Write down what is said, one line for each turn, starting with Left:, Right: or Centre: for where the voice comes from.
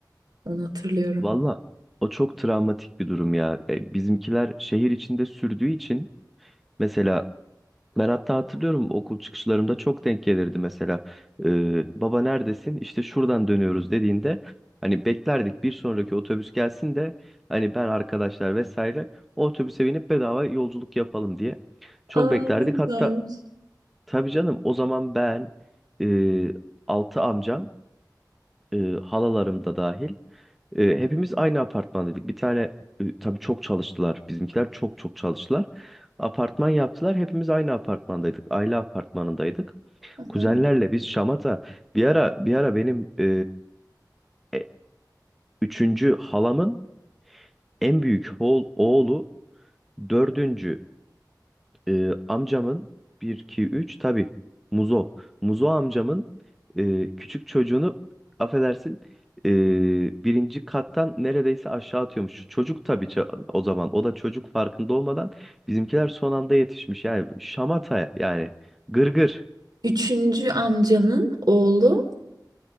Right: Onu hatırlıyorum.
Centre: valla o çok travmatik bir durum ya. E, bizimkiler şehir içinde sürdüğü için mesela Ben hatta hatırlıyorum okul çıkışlarımda çok denk gelirdi mesela. Ee, baba neredesin? İşte şuradan dönüyoruz dediğinde hani beklerdik bir sonraki otobüs gelsin de hani ben arkadaşlar vesaire o otobüse binip bedava yolculuk yapalım diye. Çok
Right: Aa,
Centre: beklerdik.
Right: ne güzelmiş.
Centre: Hatta tabii canım o zaman ben e, altı amcam e, halalarım da dahil e, hepimiz aynı apartmandaydık. Bir tane e, tabii çok çalıştılar. Bizimkiler çok çok çalıştılar. Apartman yaptılar. Hepimiz aynı apartmandaydık. Aile apartmanındaydık.
Right: Aha.
Centre: Kuzenlerle biz şamata bir ara bir ara benim e, e, üçüncü halamın en büyük oğul, oğlu dördüncü e, amcamın bir 2, 3 tabii Muzo. Muzo amcamın e, küçük çocuğunu affedersin e, birinci kattan neredeyse aşağı atıyormuş. Çocuk tabii ça- o zaman o da çocuk farkında olmadan bizimkiler son anda yetişmiş. Yani şamata yani gırgır.
Right: Üçüncü amcanın oğlu